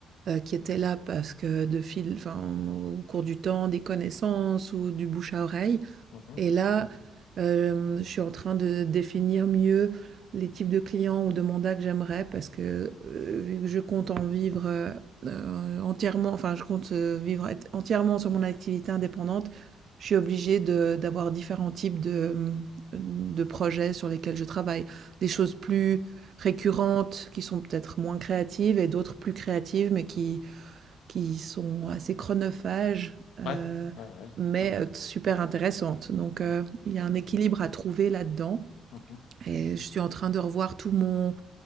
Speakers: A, on the right; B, on the left.
A: heu, qui étaient là parce que de fil enfin, au cours du temps, des connaissances ou du bouche à oreille.
B: Mhm.
A: Et là, euh, je suis en train de définir mieux les types de clients ou de mandats que j'aimerais parce que euh, vu que je compte en vivre euh, euh, entièrement, enfin, je compte euh, vivre être entièrement sur mon activité indépendante, je suis obligée de- d'avoir différents types de, de projets sur lesquels je travaille. Des choses
B: Ouais.
A: plus récurrentes qui sont peut-être moins créatives et d'autres plus créatives mais qui qui sont assez chronophages, heu,
B: Ouais. Ouais, ouais.
A: mais euh, super intéressantes. Donc
B: Voilà,
A: heu, il y
B: d'accord.
A: a un équilibre à trouver là-dedans
B: Mhm.
A: et je suis en train de revoir tout mon